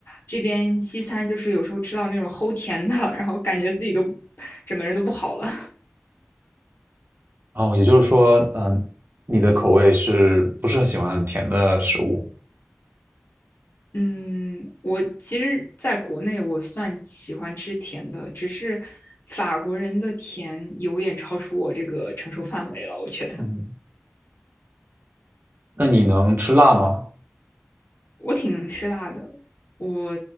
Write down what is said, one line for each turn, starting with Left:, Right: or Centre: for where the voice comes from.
Left: 这边西餐就是有时候吃到那种齁甜的，<laughs> 然后感觉自己都整个人都不好了。
Right: 哦，也就是说，嗯，你的口味是不是很喜欢很甜的食物？
Left: 嗯，我其实在国内我算喜欢吃甜的，只是法国人的甜有点超出我这个承受范围了。我觉得
Right: 嗯，那你能吃辣吗？
Left: 我挺能吃辣的，我